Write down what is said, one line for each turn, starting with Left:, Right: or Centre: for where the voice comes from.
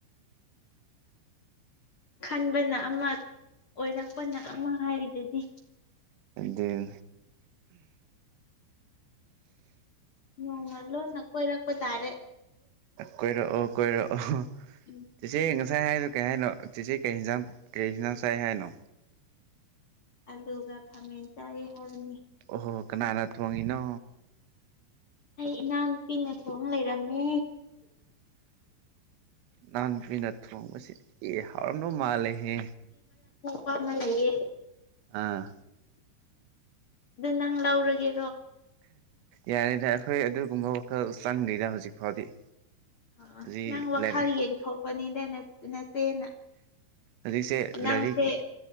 Right: <inaudible>
Left: ꯈꯟꯕꯅ ꯑꯃ ꯑꯣꯏꯔꯛꯄꯅ ꯑꯃ ꯍꯥꯏꯔꯤꯗꯨꯗꯤ
Right: ꯑꯗꯨ ꯑꯗꯨ
Left: ꯅꯣꯡꯃ ꯂꯣꯟꯅ ꯀꯣꯏꯔꯛꯄ ꯇꯥꯔꯦ
Right: ꯀꯣꯏꯔꯛꯑꯣ ꯀꯣꯏꯔꯛꯑꯣ
Left: ꯎꯝ
Right: ꯆꯤꯆꯦ ꯉꯁꯥꯏ ꯍꯥꯏꯅꯣ ꯀꯩ ꯍꯥꯏꯅꯣ ꯆꯤꯆꯦ ꯀꯩ ꯍꯤꯖꯥꯡ ꯀꯩ ꯍꯤꯖꯥꯡ ꯆꯥꯏ ꯍꯥꯏꯅꯣ
Left: ꯑꯂꯨꯒ ꯈꯃꯦꯟ ꯆꯥꯏ ꯍꯥꯏꯕꯅꯤ
Right: ꯑꯣ ꯍꯣ ꯀꯅꯥꯅ ꯊꯣꯡꯉꯤꯅꯣ
Left: ꯑꯩ ꯏꯅꯥꯎꯅꯨꯄꯤꯅ ꯊꯣꯡ ꯂꯩꯔꯝꯃꯦ
Right: ꯅꯥꯅꯥꯎ ꯅꯨꯄꯥꯅ ꯊꯣꯡꯕ ꯁꯤꯗꯤ ꯑꯦ ꯍꯥꯎꯔꯝꯗꯣ ꯃꯥꯜꯂꯦꯍꯦ
Left: ꯄꯥ ꯑꯃ ꯂꯩꯌꯦ
Right: ꯑꯥ
Left: ꯑꯗꯨ ꯅꯪ ꯂꯧꯔꯒ
Right: ꯌꯥꯔꯦꯗ ꯑꯩꯈꯣꯏ ꯑꯗꯨꯒꯨꯝꯕ ꯋꯥꯈꯜ ꯆꯪꯗꯗ ꯍꯧꯖꯤꯛ ꯐꯥꯎꯗꯤ
Left: ꯑ
Right: ꯍꯧꯖꯤꯛ
Left: ꯅꯪ ꯋꯥꯈꯜ
Right: ꯂꯥꯏꯔꯤꯛ
Left: ꯌꯦꯡꯊꯣꯛꯄꯅꯤꯗ ꯅꯆꯦꯅ
Right: ꯍꯧꯖꯤꯛꯁꯦ
Left: ꯏꯅꯥꯎꯁꯦ
Right: ꯂꯥꯏꯔꯤꯛꯀꯤ